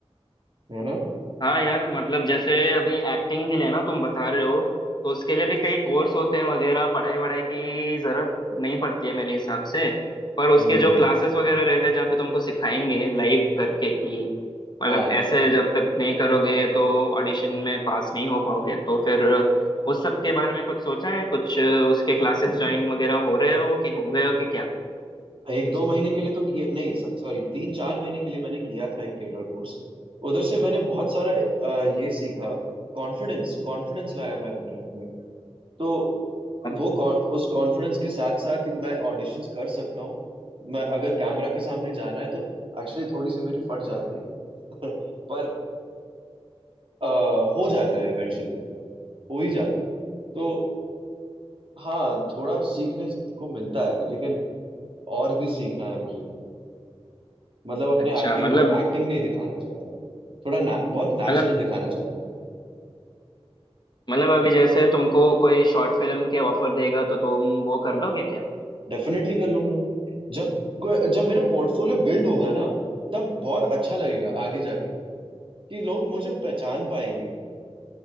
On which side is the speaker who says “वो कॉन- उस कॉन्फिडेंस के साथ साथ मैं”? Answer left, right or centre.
Right